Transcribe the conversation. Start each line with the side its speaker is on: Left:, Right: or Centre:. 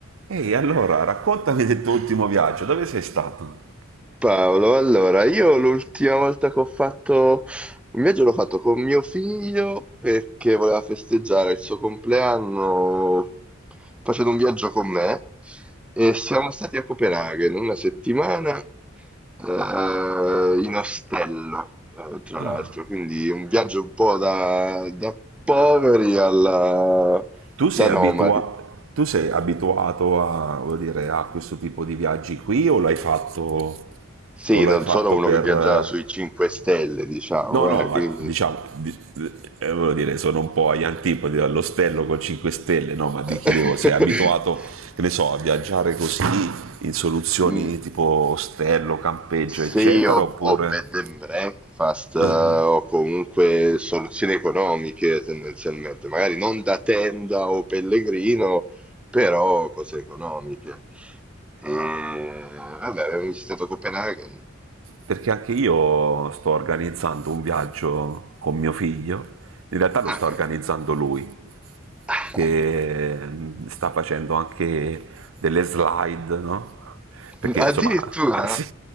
Right: Ehi, allora, raccontami del tuo ultimo viaggio, dove sei stato?
Centre: Paolo, allora, io l'ultima volta che ho fatto un viaggio l'ho fatto con mio figlio perché voleva festeggiare il suo compleanno facendo un viaggio con me e siamo stati a Copenaghen una settimana eh, in ostello, eh, tra
Right: Ah.
Centre: l'altro, quindi un viaggio un po' da, da poveri alla,
Right: Tu sei
Centre: da
Right: abitua-
Centre: nomadi.
Right: tu sei abituato a, voglio dire, a questo tipo di viaggi qui o l'hai fatto,
Centre: Sì,
Right: o l'hai
Centre: non
Right: fatto
Centre: sono uno
Right: per...
Centre: che viaggia
Right: eh,
Centre: sui 5 stelle, diciamo,
Right: No, no,
Centre: eh,
Right: ma
Centre: quindi...
Right: diciamo, di- eh, voglio dire, sono un po' agli antipodi dall'ostello con 5 stelle, no, ma ti
Centre: <laughs>
Right: chiedevo, sei abituato, che ne so, a viaggiare così in soluzioni
Centre: Mm,
Right: tipo ostello, campeggio, eccetera,
Centre: Se io ho
Right: oppure...
Centre: ho bed and breakfast
Right: Ah,
Centre: eh,
Right: ah.
Centre: o comunque soluzioni economiche tendenzialmente, magari non da tenda o pellegrino, però cose economiche. E vabbè, avevo visitato Copenaghen.
Right: perché anche io sto organizzando un viaggio con mio figlio, in realtà lo
Centre: Ah,
Right: sta organizzando lui,
Centre: ah.
Right: che mm, sta facendo anche delle slide, no?
Centre: <laughs>
Right: Perché
Centre: Addirittura?
Right: insomma, <laughs> sì,